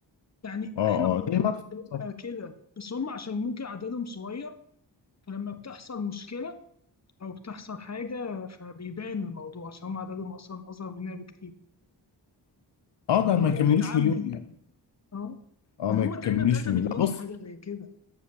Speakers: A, on the left; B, on the left.
A: يعني
B: اه
A: احنا برضو
B: اه زي مدفع
A: عندنا
B: بالظبط
A: كده بس هم عشان ممكن عددهم صغير فلما بتحصل مشكلة او بتحصل حاجة فبيبان الموضوع عشان هم عددهم اصلا اصغر مننا بكتير
B: اه
A: فالموضوع
B: ده ما يكملوش
A: بيتعمم
B: مليون يعني
A: اه
B: اه
A: يعني
B: ما
A: هم
B: يكملوش
A: تقريبا 3
B: مليون
A: مليون
B: لا بص
A: حاجه زي كده